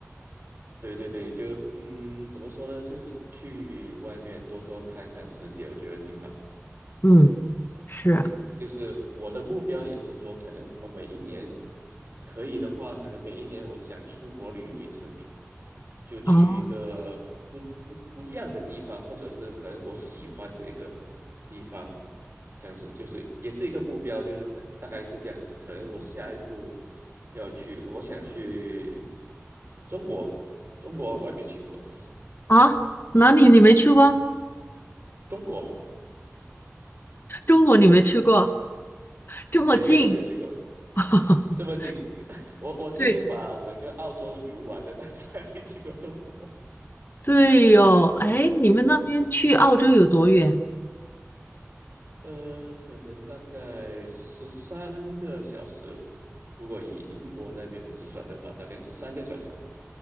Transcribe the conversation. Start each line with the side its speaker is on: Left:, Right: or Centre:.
Right: 对对对，就嗯，怎么说呢？就是去外面多多看看世界，我觉得挺好。
Left: 嗯，是啊，
Right: 嗯，就是我的目标也是说，可能我每一年可以的话，可能每一年我想出国旅游一次，就去一个不不不一样的地方，
Left: 哦
Right: 或者是可能我喜欢的一个地方，这样子就是也是一个目标，就是大大概是这样子。可能我下一步要去，我想去中国，中国我还没去过。
Left: 啊，哪里你没去过？
Right: 中国
Left: 中国你没去过，这么近。
Right: 没去过，没去过，
Left: <laughs>
Right: 这么近，这 <laughs> 我我几乎把整个澳洲游玩的，
Left: 对
Right: 但是还没去过中国。
Left: 对哟，哎，你们那边去澳洲有多远？
Right: 呃，可能大概十三个小时，如果以英国那边来计算的话，大概十三个小时。